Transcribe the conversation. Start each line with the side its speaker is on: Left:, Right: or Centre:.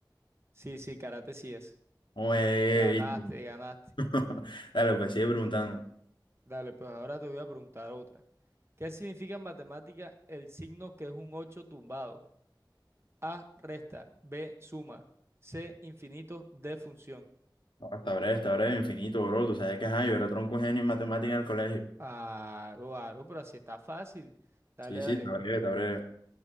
Right: Sí, sí, karate sí es.
Left: Oye,
Right: Ganaste,
Left: viste.
Right: ganaste.
Left: <laughs> Dale, pues sigue preguntando.
Right: Dale, pues ahora te voy a preguntar otra. ¿Qué significa en matemática el signo que es un 8 tumbado? A, resta, B, suma, C, infinito, D, función.
Left: No, está breve, está breve, infinito, bro. Tú sabes que ajá, yo era tronco genio en matemática en el colegio.
Right: Aro, aro, pero así está fácil. Dale,
Left: Sí,
Right: dale.
Left: sí, está breve, está breve.